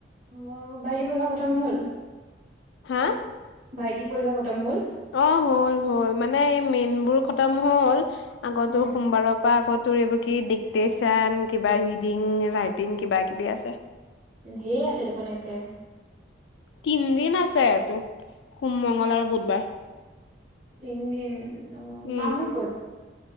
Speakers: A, on the right (about 40°); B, on the left (about 75°).
A: অ' বাকি পঢ়া খতম হ'ল?
B: হা?
A: ভাইটি পৰীক্ষা খতম হ'ল?
B: অ' হ'ল - হ'ল। মানে এই মেইনবোৰ খতম হ'ল। আগতো
A: উম।
B: সোমবাৰৰ পৰা আগত তোৰ এইবোৰ কি ডিক্টেশচন কিবা ৰিডিং ৰাইটিং কিবা কিবি আছে।
A: ঢেৰ আছে দেখোন একে
B: তিনদিন আছে এইটো, সোম, মংগল আৰু বুধবাৰ।
A: তিন দিন। অ',
B: উম
A: মাহোন ক'ত?